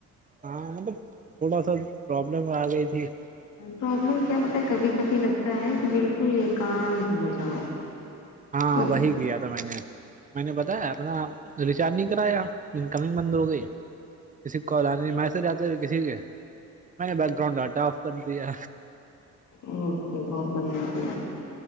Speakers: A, on the right; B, on the left.
A: ہاں مطلب تھوڑا سا پرابلم آ گئی تھی <unintelligible>
B: پرابلم کیا پتا ہے کبھی کبھی لگتا ہے کہ بالکل ایکانت ہو جاؤ <unintelligible>
A: ہاں
B: کچھ
A: وہی کیا تھا میں نے میں نے بتایا اپنا ریچارج نہیں کرایا انکمنگ بند ہو گئی کسی کال آنے میسج آتے تھ کسی کے میں نے بیک گراؤنڈ ڈٹا آف کر دیا
B: اوکے بہت بڑھیا کیا